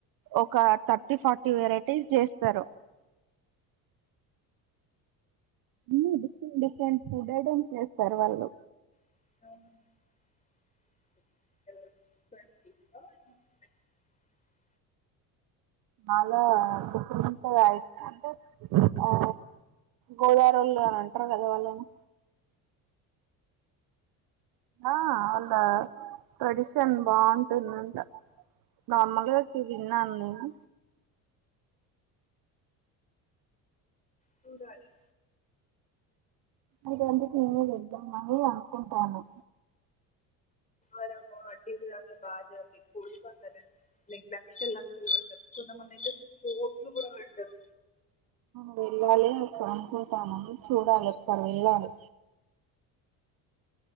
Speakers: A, on the right; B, on the left.
A: ఒక థర్టీ ఫార్టీ వెరైటీస్ చేస్తారు అన్నీ డిఫరెంట్ డిఫరెంట్ ఫుడ్ ఐటమ్స్ చేస్తారు వాళ్ళు
B: అ
A: చాలా చుంత అయి అంటే ఆ గోదారోళు అని అంటారు కదా వాళ్ళని ఆ వాళ్ళ ట్రెడిషన్ బావుంటుందంట మామూలుగా విన్నాను నేను
B: చూడాలి
A: అది నేను వద్దాం మ అనుకుంటావను
B: అరమ అ బా కొడి పల అ లక్ష లక్షలు పెడతారు కొంతమందితే కోట్లు కూడా పెడతారు
A: వెళ్ళాలి అ అనుకుంటానని చూడాలి ఒకసారి వెళ్ళాలి